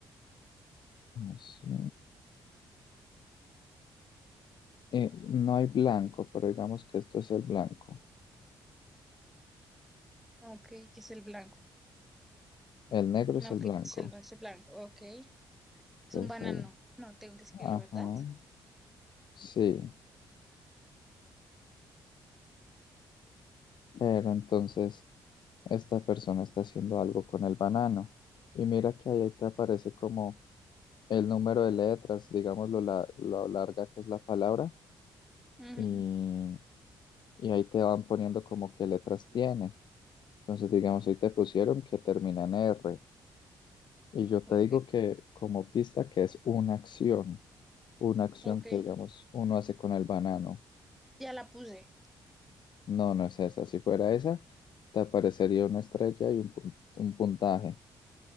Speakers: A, on the left (about 55°); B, in the centre.
A: así. Eh, no hay blanco, pero digamos que esto es el blanco.
B: Ok, ¿qué es el blanco?
A: El negro es
B: Ok,
A: el blanco.
B: ¿qué es el, ese blanco? Ok. Es
A: Entonces
B: un banano.
A: ahí,
B: No, tengo que escribirlo,
A: ajá,
B: ¿verdad?
A: sí. Pero entonces esta persona está haciendo algo con el banano. Y mira que ahí te aparece como el número de letras, digamos lo, la- lo larga que es la palabra
B: Ujú,
A: y, y ahí te van poniendo como qué letras tiene. Entonces, digamos, ahí te pusieron que termina en R y yo
B: Ok,
A: te digo que como pista que es una acción, una acción
B: ok.
A: que, digamos, uno hace con el banano.
B: Ya la puse.
A: No, no es esa. Si fuera esa, te aparecería una estrella y un, pun- un puntaje.